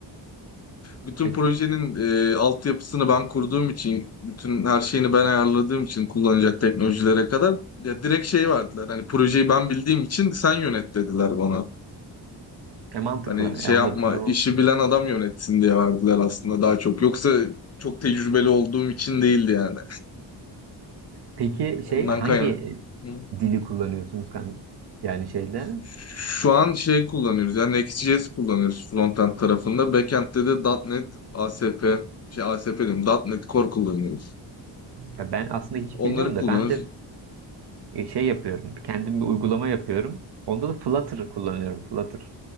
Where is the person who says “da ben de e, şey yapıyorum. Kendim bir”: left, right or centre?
Right